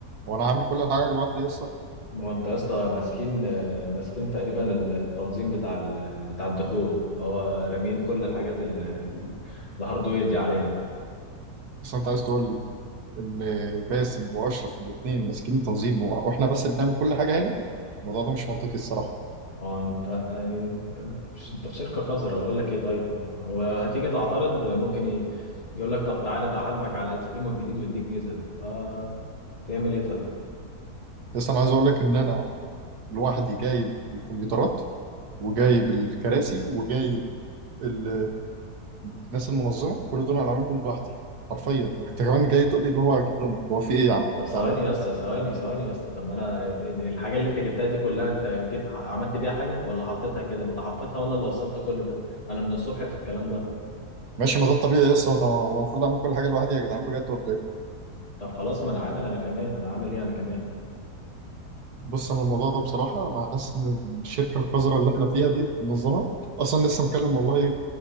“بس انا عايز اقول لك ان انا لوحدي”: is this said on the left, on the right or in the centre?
Right